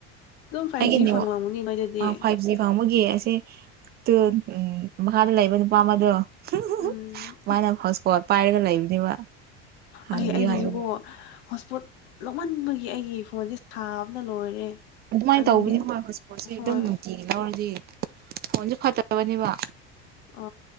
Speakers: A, on the left; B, on the right.
A: ꯑꯗꯨꯝ ꯐꯥꯏꯚ
B: ꯑꯩꯒꯤ
A: ꯖꯤ
B: ꯅꯦꯋꯥ
A: ꯐꯪꯂꯝꯒꯅꯤ ꯅꯣꯏꯗꯗꯤ
B: ꯑ ꯐꯥꯏꯚ ꯖꯤ ꯐꯪꯕꯒꯤ ꯑꯁꯦ ꯎꯝ ꯎꯝ ꯃꯈꯥꯗ ꯂꯩꯕ ꯅꯨꯄꯥ ꯑꯃꯗꯣ ꯍꯨꯝ ꯍꯨꯝ
A: ꯎꯝ
B: ꯍꯨꯝ ꯃꯥꯅ ꯍꯣꯠꯁꯄꯣꯠ ꯄꯥꯏꯔꯒ ꯂꯩꯕꯅꯦꯕ ꯍꯥꯡꯕꯤꯌꯨ
A: ꯑꯩ ꯑꯩꯒꯤꯁꯤꯕꯣ
B: ꯍꯥꯏꯕꯒꯤ
A: ꯍꯣꯠꯁꯄꯣꯠ ꯂꯧꯍꯟꯕꯒꯤ ꯑꯩꯒꯤ ꯐꯣꯟꯁꯦ ꯁꯥꯕꯅ ꯂꯣꯏꯔꯦ
B: ꯑꯗꯨꯃꯥꯏꯅ
A: ꯑꯗꯨꯒꯤꯅꯦ
B: ꯇꯧꯕꯅꯤ ꯍꯣꯏ ꯍꯧꯁꯄꯣꯠꯁꯦ
A: ꯍꯣꯏ
B: ꯑꯗꯨꯝ ꯅꯨꯡꯇꯤꯒꯤ ꯂꯧꯔꯗꯤ ꯐꯣꯟꯁꯨ ꯐꯠꯇꯕꯅꯦꯕ
A: ꯑ